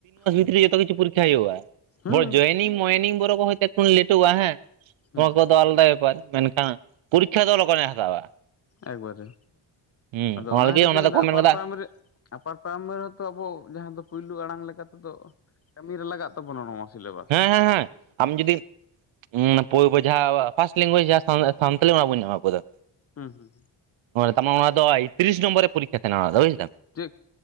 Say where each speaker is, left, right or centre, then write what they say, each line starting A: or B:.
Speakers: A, on the left; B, on the right.
A: ᱦᱮᱸ
B: <unintelligible> ᱡᱚᱛᱚᱠᱤᱪᱷᱩ ᱯᱚᱨᱤᱠᱠᱷᱟ ᱦᱭᱳᱜᱼᱟ
A: ᱦᱮᱸ
B: ᱵᱚ ᱡᱚᱭᱮᱱᱤᱝ ᱢᱚᱭᱮᱱᱤᱝ ᱵᱚᱨᱚ ᱠᱚ ᱦᱚ ᱮᱠᱴᱩ ᱞᱮᱴᱚᱜᱼᱟ ᱦᱮᱸ,
A: ᱦᱮᱸ
B: ᱱᱚᱣᱟ ᱠᱚᱫᱚ ᱟᱞᱟᱫᱟ ᱵᱮᱯᱟᱨ ᱢᱮᱱᱠᱷᱟᱱ ᱯᱚᱨᱤᱠᱠᱷᱟ ᱫᱚ ᱞᱚᱜᱚᱱᱮ ᱦᱟᱛᱟᱣᱟ᱾
A: ᱮᱠᱵᱟᱨᱮ
B: ᱦᱩᱸ
A: ᱟᱫᱚ ᱚᱱᱟ
B: ᱞᱟᱹᱜᱤᱫ
A: ᱠᱷᱟᱹᱛᱤᱨ ᱛᱮᱧ ᱞᱟᱹᱭᱫᱟ
B: ᱫᱚᱠᱚ
A: ᱟᱯᱟᱨ
B: ᱢᱮᱱ ᱠᱟᱫᱟ
A: ᱯᱨᱟᱭᱢᱟᱨᱤ ᱟᱯᱟᱨ ᱯᱨᱟᱭᱢᱟᱨᱤ ᱦᱚᱸᱛᱚ ᱟᱵᱚ ᱡᱟᱦᱟᱸ ᱫᱚ ᱯᱩᱭᱞᱩ ᱟᱲᱟᱝ ᱞᱮᱠᱟ ᱛᱮᱫᱚ ᱠᱟᱹᱢᱤ ᱨᱮ ᱞᱟᱜᱟᱜ ᱛᱟᱵᱳᱱᱟ ᱱᱚᱣᱟ ᱥᱤᱞᱮᱵᱟᱥ
B: ᱦᱩᱸ ᱦᱩᱸ ᱦᱩᱸ ᱟᱢ ᱡᱩᱫᱤᱢ ᱦᱩᱸ ᱯᱩᱭ ᱵᱚᱡᱷᱟᱣ ᱯᱷᱟᱥᱴ ᱞᱮᱝᱜᱩᱭᱮᱡᱽ ᱡᱟᱦᱟᱸ ᱥᱟᱱᱛᱟᱞᱤ ᱚᱱᱟ ᱵᱚᱱ ᱧᱟᱢᱟ ᱟᱵᱚ ᱫᱚ
A: ᱦᱩᱸ ᱦᱩᱸ
B: ᱛᱟᱢᱢᱟᱱ ᱚᱱᱟ ᱫᱚ ᱛᱤᱨᱤᱥ ᱱᱚᱢᱵᱚᱨ ᱨᱮ ᱯᱚᱨᱤᱠᱠᱷᱟ ᱛᱟᱦᱮᱱᱟ ᱚᱱᱟᱫᱚ ᱵᱩᱡᱷ ᱫᱟᱢ
A: ᱴᱤᱠ